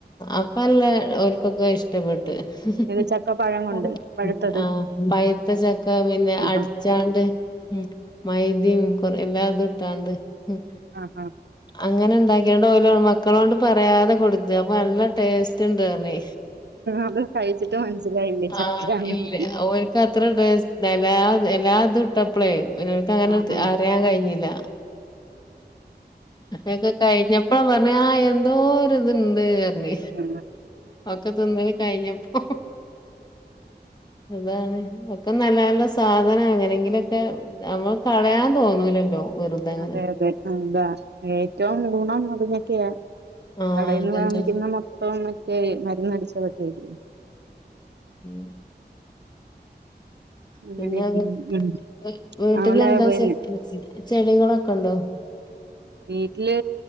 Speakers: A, on the left; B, on the right.
A: അപ്പല്ലെ ഓല്കൊക്കേ ഇഷ്ടപ്പെട്ട് <unintelligible>
B: ഇത് ചക്കപ്പഴം കൊണ്ട് പഴുത്തത്.
A: ആഹ് പയിത്ത ചക്ക പിന്നെ
B: ആഹാ
A: അടിച്ചാണ്ട് ഉം മൈദിം കൊറേ വേതുട്ടാണ്ട് ഉം
B: ആഹാ.
A: അ ങ്ങനെ ഇണ്ടാക്കിയാണ്ട് ഓലോ മക്കളോണ്ട് പറയാതെ കൊട്ത്ത് അപ്പൊ നല്ല ടേസ് റ്റ് ണ്ടർഞ്
B: അത് കഴിച്ചിട്ട് മനസ്സിലായില്ലേ ചക്കയാന്ന്.
A: ആഹ് ഇല്ല ഓൽക്ക് അത്ര ടെസ് ലാ എലാതുട്ടപ്പളെ. <unintelligible> അങ്ങനെത്
B: ആഹാ.
A: അറിയാൻ കഴിഞ്ഞില്ല അക്കെ കഴിഞ്ഞപ്പോഴാ പറഞ്ഞാ എന്തോ ഇത്ണ്ട് ണ്ട് അർഞ്
B: ആഹ്.
A: ഒക്കെ തിന്നല് കഴിഞ്ഞപ്പോ താണ് ഒക്കെ നല്ല നല്ല സാധനം അങ്ങനെങ്കിലൊക്കെ നമ്മൾ കളയാൻ തോന്നൂലല്ലോ വെറുതെങ്ങനെ
B: അതെ അതെ അതാ ഏറ്റവും ഗുണം അതിനൊക്കെയാ
A: ആഹ്
B: കടയിൽന്ന്
A: അതന്നെ
B: വാങ്ങിക്കുന്ന മൊത്തം ഒക്കെ മരന്ന്ടിച്ചതൊക്കെല്ലേ
A: ഉം
B: അങ്ങനെ
A: പിന്നെന്ത്‌
B: ഇരിക്കുന്നു. ഉം.
A: വീട്ടില
B: അവിടെ
A: എന്താ
B: പിന്നെ
A: ശെ ചെടികളൊക്കെണ്ടോ
B: വീട്ടില്